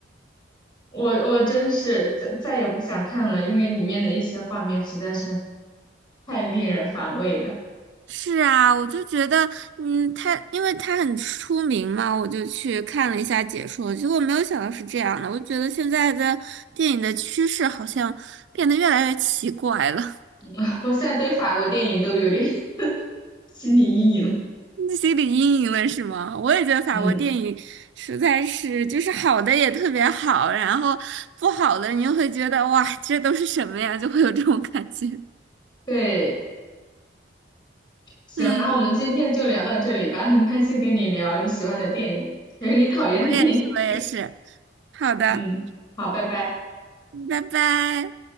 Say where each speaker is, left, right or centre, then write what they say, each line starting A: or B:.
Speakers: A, on the left (about 25°); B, on the right (about 65°).
A: <laughs> 我我真是再再也不想看了，因为里面的一些画面实在是太令人反胃了。
B: 是啊，我就觉得，嗯，他因为他很出名嘛，我就去看了一下解说，结果没有想到是这样的。我觉得现在的电影的趋势好像变得越来越奇怪了。
A: <laughs> 我现在对法国电影都有点 <laughs> 心理阴影了。
B: 心理阴影了是吗？我也觉得法国电影实在是，
A: 嗯，
B: 就是好的也特别好，然后不好的你就会觉得哇，这都是什么呀？就会有这种感觉。
A: 对。行，
B: 嗯，
A: 那我们今天就聊到这里吧，很开心跟你聊你喜欢的电影，还有你讨厌的电影。
B: 我也是，我也是。好的，
A: 嗯，好，拜拜。
B: 拜拜。